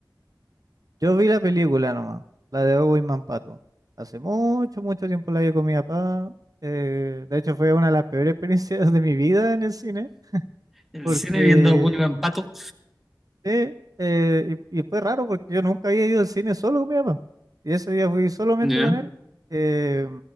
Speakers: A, on the right; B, in the centre.
A: Yo vi la película nomás, la de Ogu y Mampato. Hace mucho, mucho tiempo la vi con mi papá. eh, de hecho, fue una de las peores <laughs> experiencias de mi vida en el cine
B: En
A: Porque,
B: el cine viendo a William Pato.
A: sí, eh, y, y fue raro porque yo nunca había ido al cine solo con mi papá. Y ese día fui solamente
B: Ya,
A: con él. eh,